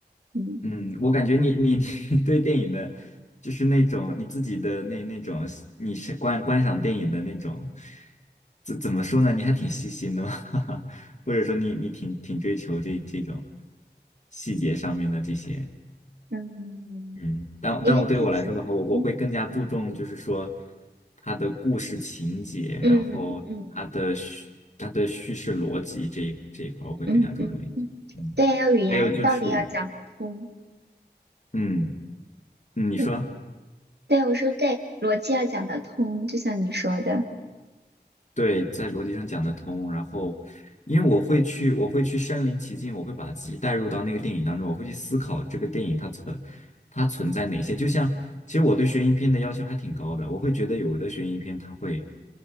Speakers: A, on the right (about 70°); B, on the left (about 40°).
A: 嗯
B: 嗯，我感觉你你 <laughs> 你对电影的，就是那种你自己的那那种，你是观观赏电影的那种，怎怎么说呢？你还挺细心的嘛，<laughs> 或者说你你挺挺追求这这种细节上面的这些，
A: 嗯，
B: 嗯，但但我对我来说的话，
A: 因为自己嗯
B: 我我会更加注重就是说它的故事情节，然后它的叙它的叙事逻辑这一这一块我会更加注重一些，
A: 嗯嗯嗯嗯，
B: 嗯，
A: 对，要语言道理要讲得通。
B: 还有就是嗯嗯，你说。
A: 对对，我说对，逻辑要讲得通，就像你说的。
B: 对，在逻辑上讲得通。然后，因为我会去，我会去身临其境，我会把自己带入到那个电影当中，我会去思考这个电影它存它存在哪些。就像，其实我对悬疑片的要求还挺高的，我会觉得有的悬疑片它会，